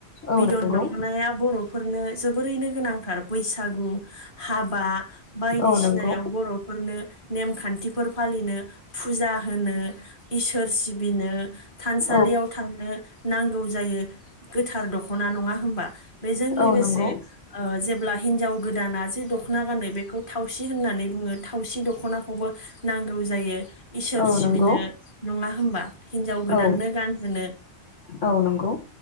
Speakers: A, on the left; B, on the left.
A: औ
B: बिदन
A: नंगौ
B: दख'नाया बर'फोरनो जोबोरैनो गोनांथार बैसागु हाबा बायदिसिनायाव
A: औ नंगौ
B: बर'फोरनो नेमखान्थिफोर फालिनो फुजा होनो इसोर सिबिनो थानसालियाव
A: औ
B: थांनो नांगौ जायो गोथार दख'ना नङा होनबा? बेजों लोगोसे
A: औ नंगौ
B: ओ जेब्ला हिनजाव गोदाना जे दख'ना गानो बेखौ थावसि होननानै बुङो थावसि दख'नाखौबो नांगौ जायो इसोर
A: औ
B: सिबिनो
A: नंगौ
B: नङा होमबा हिनजाव गोदाननो
A: औ
B: गानहोनो
A: औ नंगौ